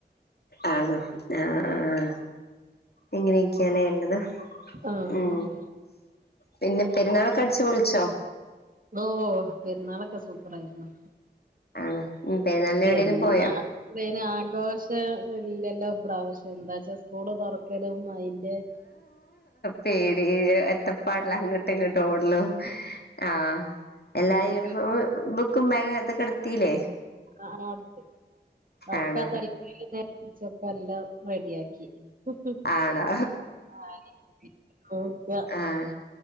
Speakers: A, on the left; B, on the right.
A: ആണോ ആഹ് ആഹ് ഇങ്ങനെയൊക്കെയാല്ലേ ഇള്ളത്
B: ആഹ്
A: ഉം പിന്നെ പെരുന്നാളൊക്കെ അടിച്ച് പൊളിച്ചോ
B: ഓ പെരുന്നാളൊക്കെ സൂപ്പറാരുന്നു
A: ആണ് ഉം പെരുന്നാളിന്
B: പെരുന്നാ
A: എവിടേലും പോയോ
B: ളിന് ആഘോഷം ഇല്ലല്ലോ ഇപ്രാവശ്യം എന്താച്ചാ സ്കൂള് തുറക്കലും അയിന്
A: പേടി എത്തപ്പാടില അങ്ങോട്ടും ഇങ്ങോട്ടും ഓടലും ആഹ് എല്ലാ
B: ബുക്ക്
A: യൂണിഫോം ബുക്കും ബാഗ് അതൊക്കെടുത്തീല്ലേ
B: ആഹ് അടുത്ത് <unintelligible>
A: ആണോ
B: പിടിച്ചപ്പോ എല്ലാം റെഡിയാക്കി <unintelligible>
A: ആണോ ആഹ് ആഹ്